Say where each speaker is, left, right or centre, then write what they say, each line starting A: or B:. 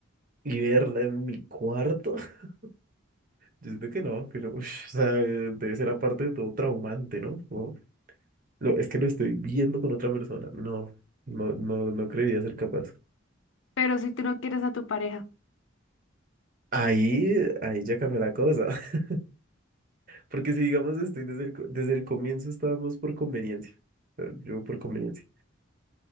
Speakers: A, on the right (about 45°); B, on the left (about 70°).
A: y verla en mi cuarto. <laughs> Yo siento que no, que no, ush, o sea, eh, debe ser aparte de todo traumante, ¿no? Como, lo, es que lo estoy viendo con otra persona. No, no, no, no creería ser capaz.
B: Pero si tú no quieres a tu pareja,
A: Ahí, ahí ya cambió la cosa. <laughs> Porque si digamos, estoy desde el, co- desde el comienzo estábamos por conveniencia. o sea, Yo por conveniencia.